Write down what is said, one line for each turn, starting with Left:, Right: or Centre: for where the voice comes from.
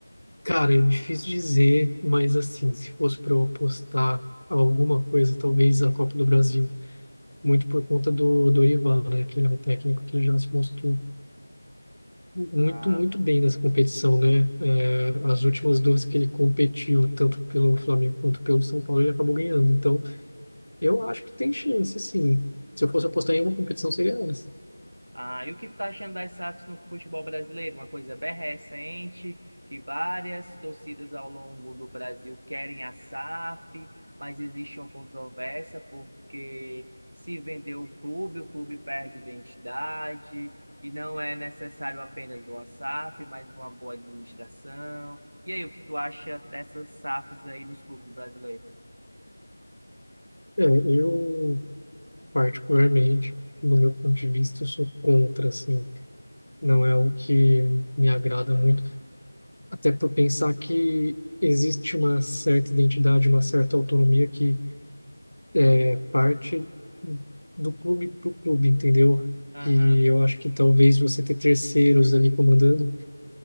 Left: Cara, é difícil dizer, mas assim, se fosse para eu apostar alguma coisa, talvez a Copa do Brasil, muito por conta do Dorival, né? Que ele é um técnico que já se mostrou muito,
Right: Ah,
Left: muito bem nessa competição, né? É,
Right: sim,
Left: as últimas
Right: sim.
Left: duas que ele competiu, tanto pelo Flamengo quanto pelo São Paulo, ele acabou ganhando. Então, eu acho que tem chance, sim. Se eu fosse apostar em uma competição, seria essa.
Right: Ah, e o que tu tá achando das SAFs no futebol brasileiro? Uma coisa bem recente, que várias torcidas ao longo do Brasil querem a SAF, mas existe uma controvérsia porque se vender o clube, o clube perde identidade, e não é necessário apenas de uma SAF, mas uma boa administração. E aí, o que tu acha dessas SAFs aí nos clubes brasileiros?
Left: É, eu, particularmente, no meu ponto de vista, eu sou contra, assim. Não é o que me agrada muito Até por pensar que existe uma certa identidade, uma certa autonomia que é parte do clube para o clube, entendeu?
Right: Aham,
Left: Que eu acho que talvez você ter terceiros ali comandando